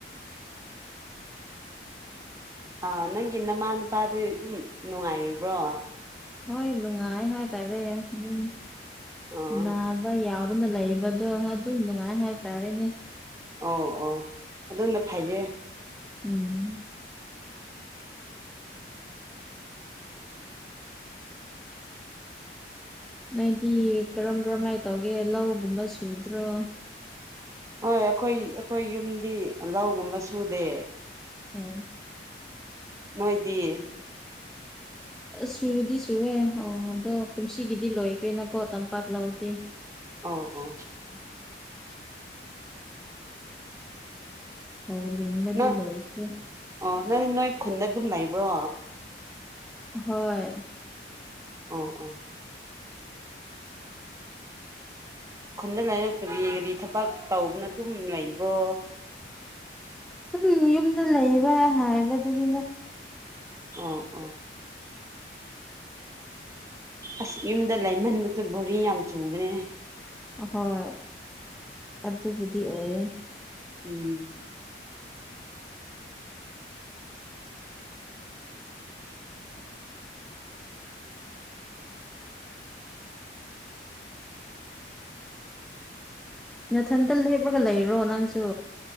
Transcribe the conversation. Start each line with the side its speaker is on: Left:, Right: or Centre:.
Right: ꯑꯥ ꯅꯪꯒꯤ ꯅꯃꯥ ꯅꯄꯥꯗꯤ ꯑꯗꯨꯝ ꯅꯨꯡꯉꯥꯏꯔꯤꯕ꯭ꯔꯣ
Centre: ꯍꯣꯏ ꯅꯨꯡꯉꯥꯏ ꯍꯥꯏꯇꯥꯔꯦ ꯑꯗꯨꯝ
Right: ꯑꯣ
Centre: ꯅꯥꯕ ꯌꯥꯎꯋ ꯑꯗꯨꯅ ꯂꯩꯕꯗꯣ ꯑꯗꯨꯝ ꯅꯨꯡꯉꯥꯏ ꯍꯥꯏꯇꯥꯔꯦꯅꯦ
Right: ꯑꯣ ꯑꯣ ꯑꯗꯨꯝꯅ ꯐꯩꯌꯦ
Centre: ꯎꯝ ꯎ ꯅꯣꯏꯗꯤ ꯀꯔꯝ ꯀꯔꯝꯍꯥꯏꯅ ꯇꯧꯒꯦ ꯂꯧꯒꯨꯝꯕ ꯁꯨꯗ꯭ꯔꯣ
Right: ꯍꯣꯏ ꯑꯩꯈꯣꯏ ꯑꯩꯈꯣꯏ ꯌꯨꯝꯗꯤ ꯂꯧꯒꯨꯝꯕ ꯁꯨꯗꯦ
Centre: ꯑꯥꯎ
Right: ꯅꯣꯏꯗꯤꯌꯦ
Centre: ꯁꯨꯗꯤ ꯁꯨꯋꯦ ꯑꯣ ꯑꯗꯣ ꯀꯨꯝꯁꯤꯒꯤꯗꯤ ꯂꯣꯏꯈ꯭ꯔꯦꯅꯀꯣ ꯇꯝꯄꯥꯛ ꯂꯧꯗꯤ
Right: ꯑ ꯑꯣ
Centre: <inaudible> ꯍꯧ ꯂ ꯂꯤꯗꯤꯂꯣ
Right: ꯅꯪ
Centre: ꯑꯩꯦ
Right: ꯑꯣ ꯅꯪ ꯅꯣꯏ ꯈꯨꯟꯗ ꯑꯗꯨꯝ ꯂꯩꯕ꯭ꯔꯣ
Centre: ꯍꯣꯏ
Right: ꯑꯣ ꯑꯣ
Centre: <inaudible>
Right: ꯈꯨꯟꯗ ꯂꯩꯔꯛꯇꯕꯤꯒꯗꯤ ꯊꯕꯛ ꯇꯧꯕꯅ ꯑꯗꯨꯝ ꯂꯩꯕ꯭ꯔꯣ
Centre: ꯑꯗꯨꯝ ꯌꯨꯝꯗ ꯂꯩꯕ ꯍꯥꯏꯕꯗꯨꯅꯤꯅ
Right: ꯑꯣ ꯑꯣ ꯑꯁ ꯌꯨꯝꯗ ꯂꯩꯃꯟꯕꯗ ꯕꯣꯔꯤ ꯌꯥꯝ ꯆꯨꯈ꯭ꯔꯦ
Centre: ꯍꯣꯏ ꯑꯗꯨꯕꯨꯗꯤ ꯑꯣꯏꯌꯦꯦ
Right: ꯎꯝ
Centre: ꯌꯥꯊꯟꯇ ꯂꯦꯞꯄꯒ ꯂꯩꯔꯣ ꯅꯪꯁꯨ